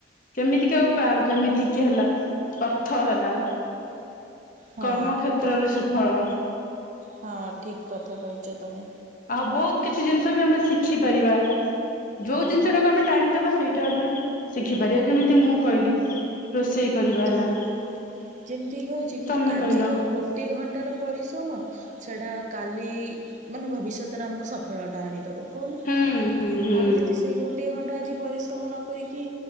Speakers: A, on the left (about 45°); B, on the right (about 40°).
A: କେମିତିକା ଉପହାର ଯେମିତି କି ହେଲା ଅର୍ଥ ହେଲା?
B: ହଁ
A: କର୍ମ କ୍ଷେତ୍ରରେ ସୁଫଳ।
B: ହଁ ଠିକ୍ କଥା କହିଛ ତମେ।
A: ଆଉ ବହୁତ କିଛି ଜିନିଷ ବି ଆମେ ଶିଖିପାରିବା। ଯୋଉ ଜିନିଷ ଟାକୁ ଆମେ ଟାଇମ ଦବା ସେଇଟା ଉପରେ ଶିଖିପାରିବା ଯେମିତି ମୁଁ କହିଲି। ରୋଷେଇ କରିବା ହେଲା
B: ଯେମ୍ ଯେମିତିକି ହେଉଛି କି
A: ତମେ
B: ଆଜିର
A: କହିଲ।
B: ଗୋଟିଏ ଘଣ୍ଟାର ପରିଶ୍ରମ। ସେଟା କାଲି ମାନେ ଭବିଷ୍ୟତରେ ଆମକୁ ସଫଳତା ଆଣିଦବ କହୁନ।
A: ହୁଁ ହୁଁ ହୁଁ
B: ଆମେ ଯଦି ସେଇ ଗୋଟିଏ ଘଣ୍ଟା ଆଜି ପରିଶ୍ରମ ନ କରିକି